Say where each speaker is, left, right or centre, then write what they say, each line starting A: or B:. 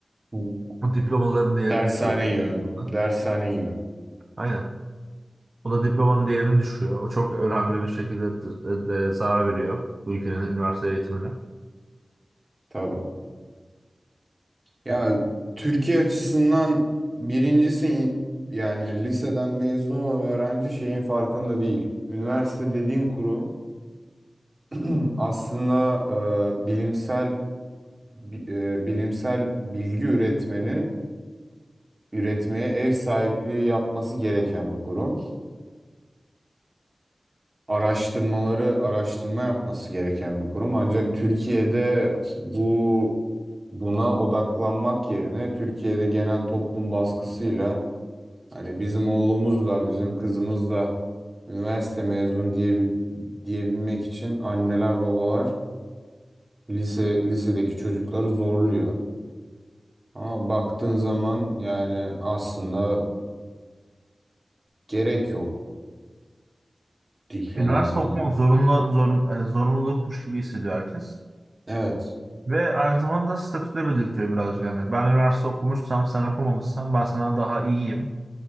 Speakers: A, on the right; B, on the right.
A: Hı.
B: Bu diplomaların değerini
A: Dershane
B: düşürüyor diğer
A: gibi.
B: yandan.
A: Dershane gibi.
B: Aynen. o da diplomanın değerini düşürüyor. O çok önemli bir şekilde de, de zarar veriyor bu ülkenin üniversite eğitimine.
A: Tabii. Ya Türkiye açısından birincisi yani liseden mezun olan öğrenci şeyin farkında değil. Üniversite dediğin kurum <clears throat> Aslında e, bilimsel bi- e, bilimsel bilgi üretmenin üretmeye ev sahipliği yapması gereken bir kurum. Araştırmaları araştırma yapması gereken bir kurum. Ancak Türkiye'de bu buna odaklanmak yerine Türkiye'de genel toplum baskısıyla hani bizim oğlumuz da bizim kızımız da üniversite mezun diye diyebilmek için anneler babalar lise lisedeki çocukları zorluyor. Ama baktığın zaman yani aslında gerek yok diploma
B: Üniversite
A: almana.
B: okumak zorunlu, zorun, e, zorunlulukmuş gibi hissediyor herkes.
A: Evet.
B: Ve aynı zamanda statüde belirtiyor birazcık. Yani ben üniversite okumuşsam sen okumamışsan ben sana daha iyiyim.